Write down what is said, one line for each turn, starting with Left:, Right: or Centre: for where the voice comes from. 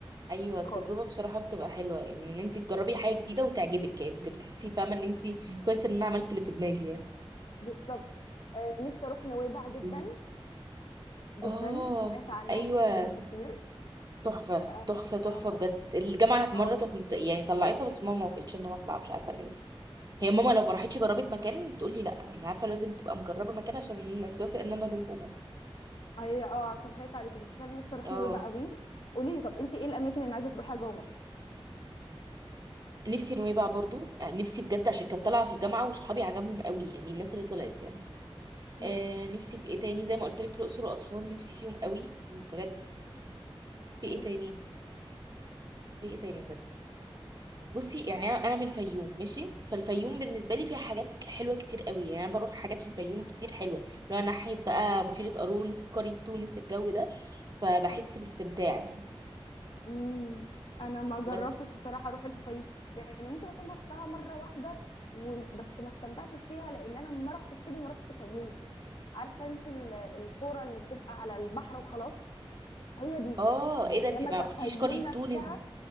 Right: ايوه التجربه
Left: خالص
Right: بصراحه بتبقى حلوه يعني ان انت تجربي حاجه جديده وتعجبك يعني بتحسي فاهمه ان انت كويس ان انا عملت اللي في دماغي
Left: بالظبط آه، نفسي اروح نويبع جدا
Right: يعني
Left: جدا
Right: اه
Left: سمعت عنها
Right: ايوه
Left: كلام كتير
Right: تحفه
Left: اه
Right: تحفه تحفه
Left: اه
Right: بجد الجامعه في
Left: آه،
Right: مره كانت يعني طلعتها بس ماما ما وافقتش ان انا اطلع مش عارفه ليه هي ماما لو ما راحتش جربت مكان تقولي لا يعني عارفه لازم تبقى مجربه مكان عشان توافق ان انا اروح وبس.
Left: هي اه عشان خايفة عليكي بس فعلا نفسي اروح
Right: اه
Left: نويبع قوي قولي لي طب انت ايه الاماكن اللي عايزة تروحيها جوه مصر
Right: نفسي نويبع برضو آه، نفسي بجد عشان كانت طالعه في الجامعه وصحابي عجبهم قوي يعني الناس اللي طلعت يعني
Left: مم،
Right: آه نفسي في ايه تاني زي ما قلت لك الاقصر واسوان نفسي فيهم قوي بجد في
Left: مم،
Right: ايه تاني في ايه تاني بجد بصي يعني انا انا من الفيوم ماشي فالفيوم بالنسبه لي فيها حاجات ك- حلوه كتير قوي يعني انا بروح حاجات في الفيوم كتير حلوه لو انا ناحيه بقى بحيره قارون قريه تونس الجو ده فبحس
Left: عن-
Right: باستمتاع يعني
Left: مم. انا ما جربتش
Right: بس
Left: الصراحة اروح الفيوم يعني ممكن اكون روحتها مرة واحدة و- بس ما استمتعتش فيها لان انا ما رحتش شبه ما رحتش الفيوم عارفة انت ال- الكورة اللي بتبقى على البحر وخلاص هي دي
Right: اه ايه
Left: انما
Right: ده انت ما
Left: كفيوم
Right: رحتيش قريه
Left: نفسها
Right: تونس